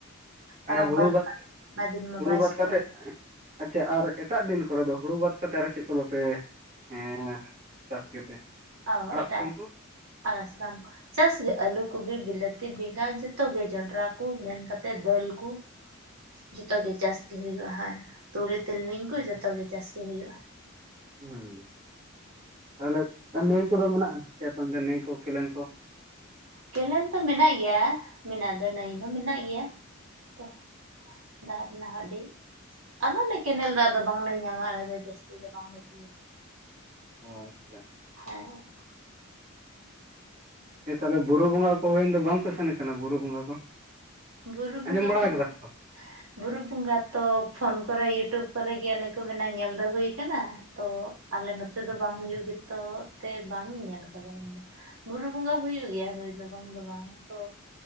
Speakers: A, on the right (about 35°); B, on the right (about 70°).
A: ᱦᱮᱸ
B: ᱟᱨ ᱚᱱᱠᱟ
A: ᱦᱩᱲᱩ
B: ᱞᱮᱠᱟ
A: ᱵᱟᱫ
B: <inaudible> ᱟᱭᱢᱟ ᱫᱤᱱ ᱢᱟ
A: ᱦᱩᱲᱩ
B: ᱵᱟᱭ
A: ᱵᱟᱫ
B: ᱥᱤᱛᱩᱝ᱾
A: ᱠᱟᱛᱮᱫ ᱟᱪᱪᱷᱟ ᱟᱨ ᱮᱴᱟᱜ ᱫᱤᱱ ᱠᱚᱨᱮ ᱫᱚ ᱦᱩᱲᱩ ᱵᱟᱫ ᱠᱟᱛᱮᱫ ᱟᱨ ᱪᱮᱫ ᱠᱚᱫᱚ ᱯᱮ ᱮᱸᱻ ᱪᱟᱥ ᱜᱮᱛᱮ?
B: ᱚᱻ
A: ᱟᱲᱟᱜ
B: ᱮᱴᱟᱜ,
A: ᱥᱟᱠᱟᱢ ᱠᱚ
B: ᱟᱞᱮ ᱥᱮᱫᱟᱢ ᱪᱟᱥ ᱜᱮ ᱟᱹᱞᱩ, ᱠᱚᱵᱤ, ᱵᱤᱞᱟᱹᱛᱤ, ᱵᱮᱸᱜᱟᱲ ᱡᱷᱚᱛᱚᱜ ᱜᱮ ᱡᱚᱱᱰᱨᱟ ᱠᱚ ᱢᱮᱱ ᱠᱟᱛᱮᱫ ᱫᱟᱹᱞ ᱠᱩ᱾
A: <inaudible>
B: ᱡᱚᱛᱚ ᱜᱮ ᱪᱟᱥ ᱜᱮ ᱦᱩᱭᱩᱜᱼᱟ ᱦᱟᱸᱭ᱾ ᱛᱩᱲᱤ, ᱛᱤᱞᱢᱤᱧ ᱠᱚ ᱡᱚᱛᱚ ᱜᱮ ᱪᱟᱥ ᱜᱮ ᱦᱩᱭᱩᱜᱼᱟ᱾
A: ᱦᱩᱸ, ᱛᱟᱦᱞᱮ ᱱᱟᱹᱭ ᱠᱚᱫᱚ ᱢᱮᱱᱟᱜᱼᱟ ᱪᱮᱫ ᱟᱯᱮ ᱚᱱᱛᱮ ᱱᱟᱹᱭ ᱠᱚ, ‌ᱠᱮᱞᱮᱱ ᱠᱚ?
B: ᱠᱮᱱᱮᱞ ᱫᱚ ᱢᱮᱱᱟᱜ ᱜᱮᱭᱟ ᱢᱮᱱᱟᱜ ᱫᱚ ᱱᱟᱹᱭᱤ ᱦᱚᱸ ᱢᱮᱱᱟᱜ ᱜᱮᱭᱟ, ᱛᱚ ᱫᱟᱜ ᱨᱮᱱᱟᱜ <unintelligible> ᱟᱫᱚ ᱚᱱᱮ ᱠᱮᱱᱮᱞ ᱫᱟᱜ ᱫᱚ ᱵᱟᱝᱞᱮ ᱧᱟᱢᱟ ᱟᱞᱮ ᱫᱚ ᱡᱟᱹᱥᱛᱤ ᱫᱚ ᱵᱟᱝᱞᱮ ᱛᱤᱭᱳ
A: ᱚᱸ ᱟᱪᱪᱷᱟ᱾
B: ᱦᱮᱸ᱾
A: ᱦᱮ ᱛᱟᱦᱚᱞᱮ ᱵᱩᱨᱩ ᱵᱚᱸᱜᱟ ᱠᱚ ᱦᱩᱭᱮᱱ ᱫᱚ ᱵᱟᱝᱯᱮ ᱥᱮᱱ ᱠᱟᱱᱟ ᱵᱩᱨᱩ ᱵᱚᱸᱜᱟ ᱠᱚ?
B: ᱵᱩᱨᱩ
A: ᱟᱸᱡᱚᱢ
B: ᱵᱚᱸᱜᱟ
A: ᱵᱟᱲᱟ
B: ᱠᱚᱫᱚ,
A: ᱟᱠᱟᱫᱟ ᱯᱮ ᱵᱟᱝ?
B: ᱵᱩᱨᱩ ᱵᱚᱸᱜᱟ ᱛᱚ ᱯᱷᱳᱱ ᱠᱚᱨᱮ ᱤᱭᱩᱴᱩᱵ ᱠᱚᱨᱮᱜᱮ ᱚᱱᱮ ᱠᱚ ᱢᱮᱱᱟ ᱧᱮᱞ ᱫᱚ ᱦᱩᱭ ᱠᱟᱱᱟ, ᱛᱚ ᱟᱞᱮ ᱱᱚᱛᱮ ᱫᱚ ᱵᱟᱝ ᱦᱩᱭᱩᱜ ᱜᱮᱛᱚ ᱛᱮ ᱵᱟᱝ ᱤᱧ ᱧᱮᱞ ᱟᱠᱟᱫᱟ ᱤᱧᱫᱚ᱾ ᱵᱩᱨᱩ ᱵᱚᱸᱜᱟ ᱦᱩᱭᱩᱜ ᱜᱮᱭᱟ ᱦᱩᱭ ᱫᱚ ᱵᱟᱝ ᱫᱚ ᱵᱟᱝ ᱛᱚ,